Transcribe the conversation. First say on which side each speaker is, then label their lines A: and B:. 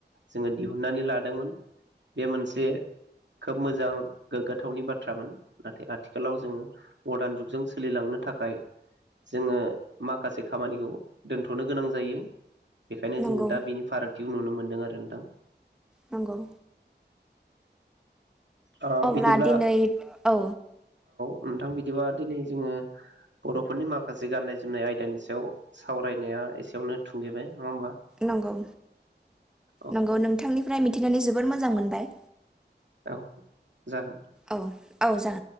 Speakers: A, on the right; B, in the centre.
A: जोङो दिहुननानै लादोंमोन बे मोनसे खोब मोजां गोग्गाथावनि बाथ्रामोन नाथाय आथिखालाव जोङो मडार्न जुगजों सोलिलांनो थाखाय जोङो माखासे खामानिखौ दोनथ'नो गोनां जायो। बेखायनो
B: नंगौ
A: जोङो दा बिनि फारागथिखौ नुनो मोन्दों आरो नोंथां।
B: नंगौ
A: ओ
B: अब्ला
A: बिदिब्ला
B: दिनै औ
A: ओनथां बिदिबा दिनै जोङो बर'फोरनि माखासे गाननाय जोमनाय आयदानि सायाव सावरायनाया एसेयावनो थुंगेबाय। नङा होमबा
B: नंगौ
A: अके
B: नंगौ नोंथांनिफ्राय मिथिनानै जोबोर मोजां मोनबाय।
A: औ जागोन।
B: औ औ जा